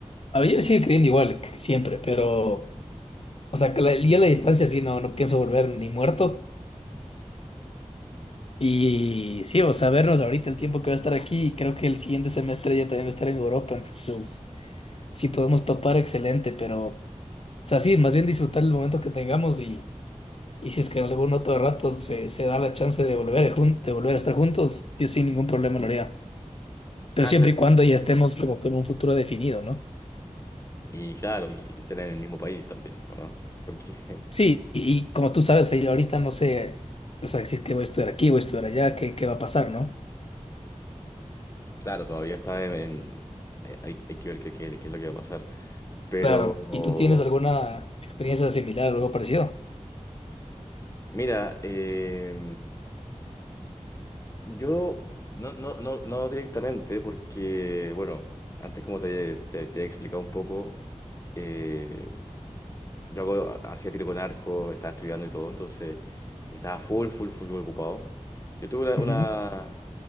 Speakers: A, on the left; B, on the left.
A: A ver, yo sigo creyendo igual que siempre, pero, o sea, que la- yo la distancia sí no, no pienso volver ni muerto. Y sí, o sea, vernos ahorita el tiempo que va a estar aquí, y creo que el siguiente semestre ya también va a estar en Europa, entonces sí podemos topar excelente, pero, o sea, sí, más bien disfrutar el momento que tengamos y, y si es que en algún otro rato se, se da la chance de volver, jun- de volver a estar juntos, yo sin ningún problema lo haría, pero
B: Ah,
A: siempre
B: claro.
A: y cuando ya estemos como con un futuro definido, ¿no?
B: Y claro, y, y estén en el mismo país también, ¿o no? Porque...
A: Sí, y, como tú sabes, ahí ahorita no sé, o sea, si es que voy a estudiar aquí, voy a estudiar allá, ¿qué, qué va a pasar, ¿no?
B: Claro, todavía está en... en- eh, hay, hay- que ver qué, qué- qué es lo que va a pasar. Pero,
A: Claro, ¿y tú tienes alguna experiencia similar o algo parecido?
B: mira, eh, yo no, no, no, no directamente, porque, bueno, antes como te, te- te he explicado un poco, eh, yo hago- hacía tiro con arco, estaba estudiando y todo, entonces estaba full, full, full ocupado. Yo tuve una...
A: Ujú.
B: una-